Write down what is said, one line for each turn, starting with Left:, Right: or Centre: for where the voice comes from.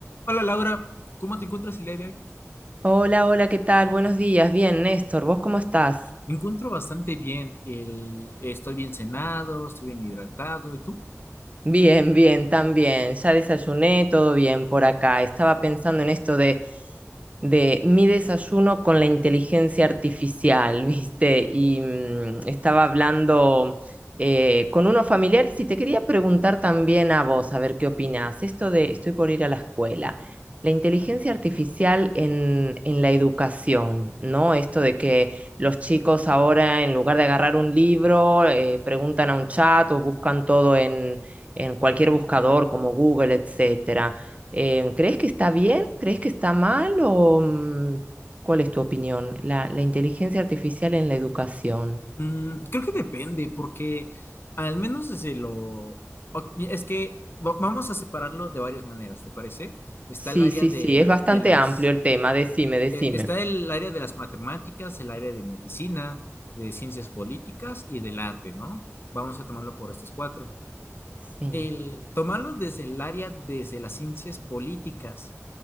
Left: Hola Laura, ¿cómo te encuentras el día de hoy?
Right: Hola, hola, ¿qué tal? Buenos días. Bien, Néstor, ¿vos cómo estás?
Left: Me encuentro bastante bien. El, estoy bien cenado, estoy bien hidratado. ¿Y tú?
Right: Bien, bien, también. Ya desayuné, todo bien por acá. Estaba pensando en esto de, de mi desayuno con la inteligencia artificial, <laughs> ¿viste? Y mm, estaba hablando eh, con unos familiares y te quería preguntar también a vos, a ver qué opinás. Esto de estoy por ir a la escuela. La inteligencia artificial en, en la educación, ¿no? Esto de que los chicos ahora, en lugar de agarrar un libro, eh, preguntan a un chat o buscan todo en en cualquier buscador como Google, etcétera. Eh, ¿crees que está bien? ¿Crees que está mal? ¿O mm, cuál es tu opinión? La, la inteligencia artificial en la educación.
Left: Mm, creo que depende, porque al menos desde lo... o- Es que va- vamos a separarlo de varias maneras, ¿te parece? Está
Right: Sí,
Left: el área
Right: sí,
Left: de,
Right: sí, es bastante
Left: de las...
Right: amplio el tema. Decime, decime.
Left: e- Está el área de las matemáticas, el área de medicina, de ciencias políticas y del arte, ¿no? Vamos a tomarlo por estas cuatro.
Right: Sí.
Left: El tomarlo desde el área, desde las ciencias políticas.